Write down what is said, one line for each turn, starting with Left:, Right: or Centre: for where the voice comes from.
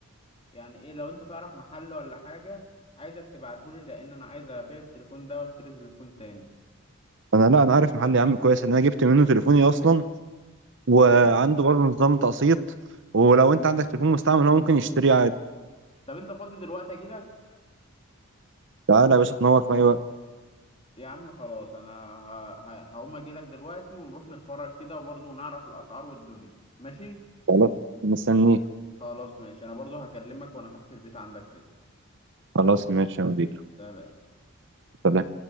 Left: يعني ايه لو انت تعرف محل ولا حاجه عايزك تبعتهولي لان انا عايز ابيع التليفون ده واشتري تليفون تاني
Right: انا لا انا عارف محل يا عم كويس ان انا جبت منه تليفوني اصلا وعنده
Left: والله
Right: برضه نظام تقسيط ولو انت عندك تليفون مستعمل هو ممكن يشتريه عادي
Left: طب انت فاضي دلوقتي اجيلك
Right: تعالى يا باشا تنور في اي وقت
Left: يا عم خلاص انا ه- ه- هقوم اجيلك دلوقتي ونروح نتفرج كده وبرضو نعرف الاسعار والدنيا ماشي
Right: خلاص مستنيك
Left: خلاص ماشي انا برضو هكلمك وانا تحت البيت عندك كده
Right: خلاص ماشي يا مدير
Left: سلام
Right: سلام.